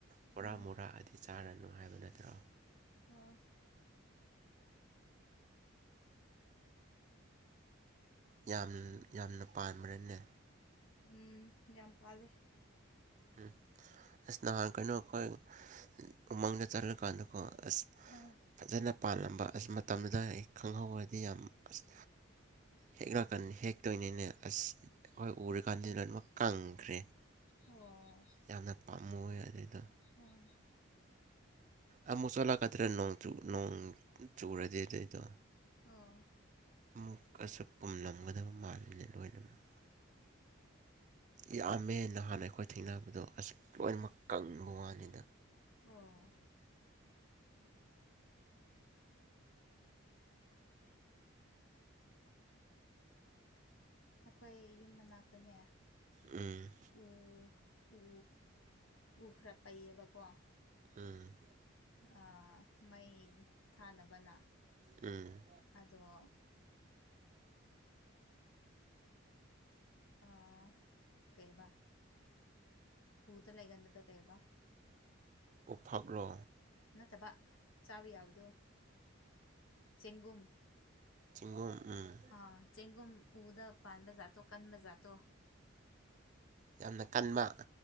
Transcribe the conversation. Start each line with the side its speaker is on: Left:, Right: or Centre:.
Right: ꯄꯨꯔꯥ
Left: ꯎꯝ
Right: ꯃꯨꯔꯥꯛꯑꯗꯤ ꯆꯥꯔꯅꯨ ꯍꯥꯏꯕ ꯅꯠꯇ꯭ꯔꯣ
Left: ꯑꯣ
Right: ꯌꯥꯝ ꯌꯥꯝꯅ ꯄꯥꯟꯕ꯭ꯔꯅꯦ
Left: ꯎꯝ ꯌꯥꯝ ꯄꯥꯂꯦ
Right: ꯎꯝ ꯑꯁ ꯅꯍꯥꯟ ꯀꯩꯅꯣ ꯑꯩꯈꯣꯏ ꯎꯃꯪꯗ ꯆꯠꯂꯀꯥꯟꯗꯀꯣ ꯑꯁ
Left: ꯑꯝ
Right: ꯐꯖꯅ ꯄꯥꯜꯂꯝꯕ ꯑꯁ ꯃꯇꯝꯗ ꯑꯩ ꯈꯪꯍꯧꯔꯗꯤ ꯌꯥꯝ ꯑꯁ ꯍꯦꯛ ꯂꯀꯥꯟꯗ ꯍꯦꯛꯇꯣꯏꯅꯤꯅꯦ ꯑꯁ ꯑꯩꯈꯣꯏ ꯎꯔꯤꯀꯥꯟꯗ ꯂꯣꯏꯅꯃꯛ ꯀꯪꯈ꯭ꯔꯦ
Left: ꯑꯣ
Right: ꯌꯥꯝꯅ ꯄꯥꯝꯃꯨꯏꯌꯦ ꯑꯗꯨꯏꯗꯣ
Left: ꯎꯝ
Right: ꯑꯃꯨꯛ ꯆꯣꯠꯂꯥꯛꯗꯔ ꯅꯣꯡ ꯅꯣꯡ ꯆꯨꯨꯔꯗꯤ ꯑꯗꯨꯏꯗꯣ
Left: ꯑꯣ
Right: ꯑꯃꯨꯛꯀꯁꯨ ꯄꯨꯝꯂꯝꯒꯗꯕ ꯃꯥꯜꯂꯤꯅꯦ ꯂꯣꯏꯅꯃꯛ꯫ ꯌꯥꯝꯃꯦ ꯅꯍꯥꯟ ꯑꯩꯈꯣꯏ ꯊꯦꯡꯅꯕꯗꯣ ꯑꯁ ꯂꯣꯏꯅꯃꯛ ꯀꯪꯕ ꯋꯥꯅꯤꯗ
Left: ꯑꯣ ꯑꯩꯈꯣꯏ ꯌꯨꯝ ꯃꯅꯥꯛꯇꯅꯦ꯫
Right: ꯎꯝ
Left: ꯎ ꯎ ꯎ ꯈꯔ ꯄꯩꯌꯦꯕꯀꯣ
Right: ꯎꯝ
Left: ꯑ ꯃꯩ ꯊꯥꯅꯕꯅ
Right: ꯎꯝ꯫
Left: ꯑꯗꯣ ꯑ ꯑ ꯀꯩꯕꯥ꯫ ꯎꯗ ꯂꯩꯒꯟꯕꯗꯨ ꯀꯩꯥꯑꯥꯕ꯫
Right: ꯎꯐꯛꯂꯣ
Left: ꯅꯠꯇꯕꯥ ꯆꯥꯕ ꯌꯥꯕꯗꯨ꯫ ꯆꯒꯨꯝ
Right: ꯆꯤꯡꯒꯨꯝ ꯎꯝ
Left: ꯑꯥ ꯆꯦꯡꯒꯨꯝ ꯎꯗ ꯄꯥꯟꯕ ꯖꯥꯠꯇꯣ ꯀꯟꯕ ꯖꯥꯠꯇꯣ
Right: ꯌꯥꯝꯅ ꯀꯟꯕ